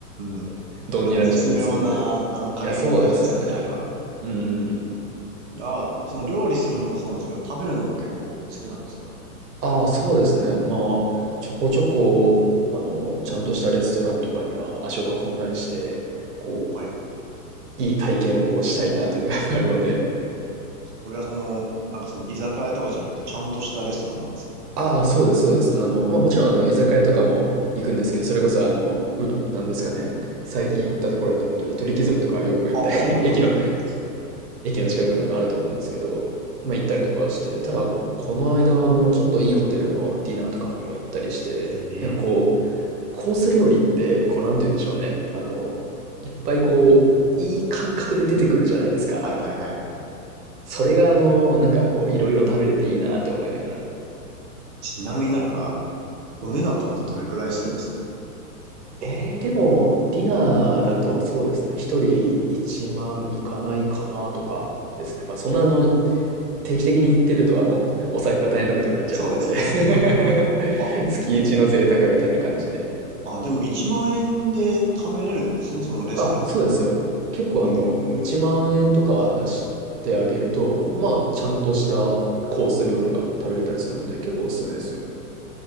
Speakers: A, on the right; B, on the right.
A: ーん。
B: <laughs> 丼になっちゃったりするので。
A: あの、絶妙な、あの、加減が大事ですよね、
B: いや、そうですよね。
A: あれは。
B: うん。
A: いや、その料理するのもそうなんですけど、食べるのも結構好きなんですか
B: ああ、そうですね。まあ、ちょこちょこ、あの、ちゃんとしたレストランとかには足を運んだりして、こ
A: お、はい。
B: う、いい体験をこうしたいなっていうのが <laughs> あるので。
A: それはその、なんかその居酒屋とかじゃなくて、ちゃんとしたレストランなんですか
B: ああ、そうです、そうです。あの、まあもちろん、あの、居酒屋とかも行くんですけど、それこそ、あの、う、なんですかね、最近行ったところだと、本当に鳥貴族とかよく行ったり、
A: ああ、はいはいはいは
B: <laughs> 駅の、駅の近くにあると思うんですけど、まあ行ったりとかはして、ただ、この間は、あの、ちょっといいホテルのディナーとかにも行ったりして、
A: い。
B: なんかこう、
A: ええ
B: コース料理って、こう、なんて言うんでしょうね、あの、いっぱいこう、いい感覚で出てくるじゃないですか。
A: はいはいはいはい。
B: それが、あの、なんかこう、いろいろ食べれていいなって思いながら。
A: ちなみになんか、お値段とかってどれくらいするんです
B: えー、でも、ディナーだとそうですね、一人1万いかないかなとかですね。まあ、そんなあの、定期的に行ってると、あの、お財布が大変なことになっちゃうので
A: そうですね。
B: <laughs>
A: あ、
B: 月一の贅沢みたいな感じで。
A: で、あ、でも1万円で食べれるんですね、そのレストランのディナー。
B: あ、そうですよ。結構あの、
A: ええ
B: 1万円とか出してあげると、まあ、ちゃんとしたコース料理が食べれたりするので、結構おすすめですよ。